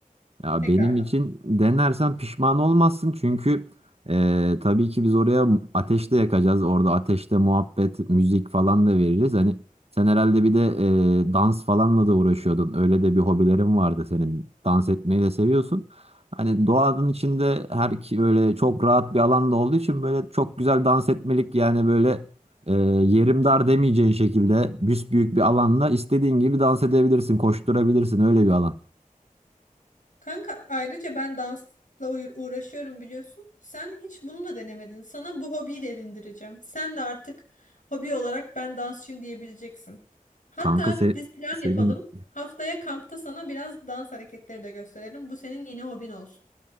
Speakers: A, on the right; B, on the left.
A: Ya
B: tekrardan.
A: benim için denersen pişman olmazsın çünkü e, tabii ki biz oraya ateş de yakacağız. Orada ateşte muhabbet, müzik falan da veririz. Hani sen herhalde bir de e, dans falanla da uğraşıyordun. Öyle de bir hobilerin vardı senin. Dans etmeyi de seviyorsun. Hani doğanın içinde her ki böyle çok rahat bir alanda olduğu için böyle çok güzel dans etmelik yani böyle e, yerim dar demeyeceğin şekilde büsbüyük bir alanda istediğin gibi dans edebilirsin, koşturabilirsin öyle bir alan.
B: Kanka ayrıca ben dansla uğra- uğraşıyorum biliyorsun. Sen hiç bunu da denemedin. Sana bu hobiyi de edindireceğim. Sen de artık hobi olarak ben dansçıyım diyebileceksin. Hatta
A: Kanka se-
B: biz plan
A: senin
B: yapalım. Haftaya kampta sana biraz dans hareketleri de gösterelim. Bu senin yeni hobin olsun.